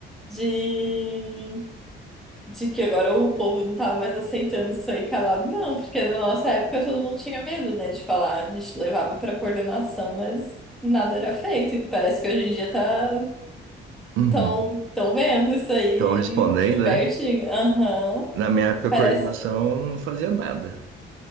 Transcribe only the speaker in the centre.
de, de que agora o povo não tava mais aceitando isso aí calado, não, porque na nossa época todo mundo tinha medo, né, de falar, a gente levava pra coordenação, mas nada era feito, e parece que hoje em dia tá
tão, tão vendo isso aí
de pertinho,
aham,
parece.